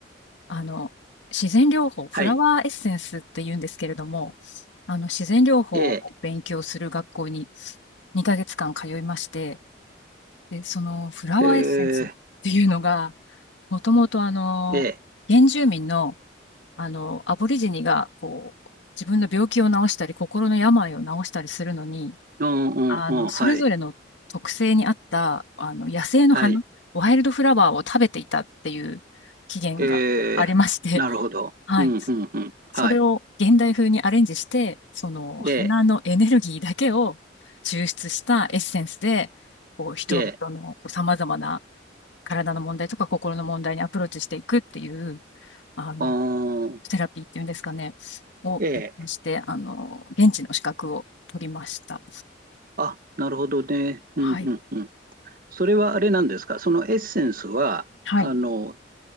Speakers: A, on the left (about 80°); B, on the right (about 50°).
A: あの、自然療法、フラワーエッセンスって言うんですけれども、
B: はい。
A: あの、自然療法を勉強する学校に
B: ええ、
A: 2ヶ月間通いまして、で、そのフラワーエッセンスっていうのが、
B: ええ、
A: もともとあの、
B: ええ、
A: 原住民の、あの、アボリジニが、こう、自分の病気を治したり、心の病を治したりするのに、
B: うんうんうん、
A: あの、それぞれの特性に合った、
B: はい、
A: あの、野生の花、
B: はい。
A: ワイルドフラワーを食べていたっていう起源がありまして、
B: ええ、なるほど。
A: <laughs> はい。
B: うんうんうん、はい。
A: それを現代風にアレンジして、その花のエネルギーだけを抽出したエッセンスで、
B: ええ、
A: こう、人々のさまざまな
B: ええ、
A: 体の問題とか心の問題にアプローチしていくっていう、あの、
B: あー、
A: セラピーっていうんですかね、を勉強して、
B: ええ、
A: あの、現地の資格を取りました。
B: あ、なるほどね。うんうんうん。
A: はい。
B: それはあれなんですかそのエッセンスは、
A: はい。
B: あの、